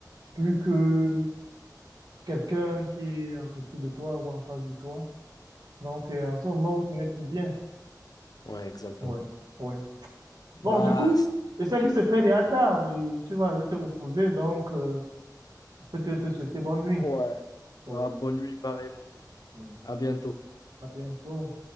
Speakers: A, on the right (about 65°); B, on the left (about 60°).
A: plus que quelqu'un qui est à côté de toi ou en face de toi. Donc, c'est en ce moment où ce n'est plus bien.
B: ouais, exactement.
A: Oui, oui. Bon,
B: Bah,
A: du coup,
B: c'est-
A: c'est ça qui se fait les tard et tu vas aller te reposer, donc, euh, peut-être te souhaiter bonne nuit.
B: ouais.
A: Oui,
B: Ah, bonne nuit, pareillement.
A: oui.
B: À bientôt.
A: À bientôt.